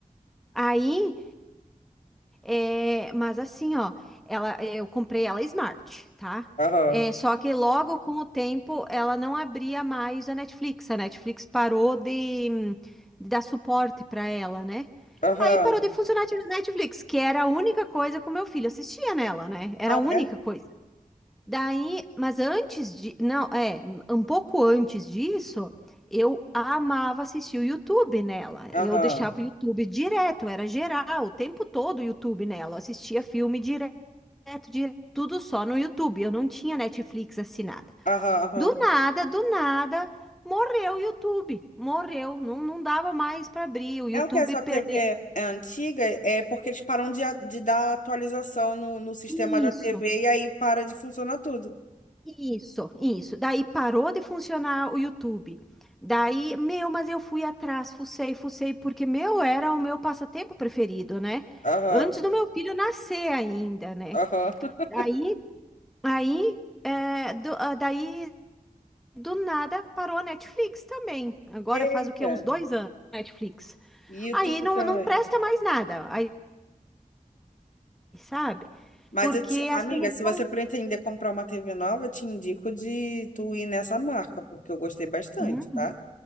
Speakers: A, in the centre; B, on the left.
A: Aí É, mas assim, ó, ela, eu comprei ela Smart, tá?
B: aham,
A: É, só que logo com o tempo ela não abria mais a Netflix. A Netflix parou de, hum, de dar suporte para ela, né?
B: aham.
A: Aí parou de funcionar a Netflix, que era a única coisa que o meu filho assistia nela, né? Era
B: Ah,
A: a única
B: é?
A: coisa. Daí, mas antes de, não, é, um pouco antes disso, eu amava assistir o YouTube nela.
B: Aham,
A: Eu deixava o YouTube direto, era geral, o tempo todo o YouTube nela. Eu assistia filme direto, direto, tudo só no YouTube. Eu não tinha Netflix assinada.
B: aham, aham.
A: Do nada, do nada, morreu o YouTube. Morreu, não, não dava mais para abrir. O YouTube
B: É o que? A sua
A: perdeu.
B: TV é antiga? É porque eles param de, a- de dar atualização no, no sistema
A: Isso.
B: da TV e aí para de funcionar tudo.
A: Isso, isso. Daí parou de funcionar o YouTube. Daí, meu, mas eu fui atrás, fucei, fucei, porque meu era o meu passatempo preferido, né?
B: Aham,
A: Antes do meu filho nascer ainda, né?
B: aham. <laughs>
A: Daí, aí, é, do, ah, daí, do nada parou a Netflix também. Agora
B: Eita,
A: faz o quê? Uns dois anos Netflix.
B: e YouTube
A: Aí não,
B: também.
A: não presta mais nada, aí, sabe?
B: Mas
A: Porque
B: eu te, amiga,
A: as televisão.
B: se você pretender comprar uma TV nova, eu te indico de tu ir nessa marca, porque eu gostei bastante,
A: Uhum,
B: tá?